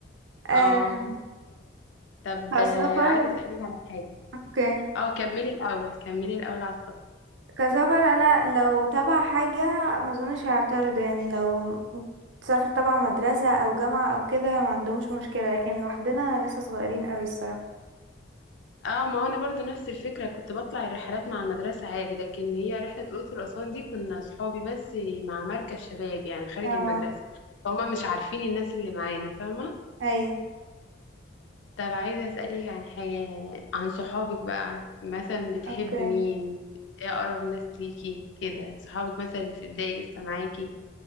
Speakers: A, on the right (about 70°); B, on the left (about 70°).
A: آه
B: اه طب
A: كسفر
B: آه، عايزه اسالك على حاجه
A: اوكي
B: اه كملي الاول كملي الاول على السفر
A: كسفر انا لو تبع حاجه ما اظنش هعترض يعني لو سافر تبع مدرسه او جامعه او كده ما عندهمش مشكله لكن لوحدنا لسه صغيرين قوي الصراحه
B: اه ما هو انا برضو نفس الفكره كنت بطلع الرحلات مع المدرسه عادي لكن هي رحله الاقصر واسوان دي كنا صحابي بس مع مركز شباب يعني خارج
A: اه
B: المدرسه فهم مش عارفين الناس اللي معانا فاهمه
A: ايوه
B: طب عايزه اسالك عن حاجه عن صحابك بقى مثلا بتحبي
A: اوكي
B: مين ايه اقرب ناس ليكي كده صحابك مثلا اللي في البدايه لسه معاكي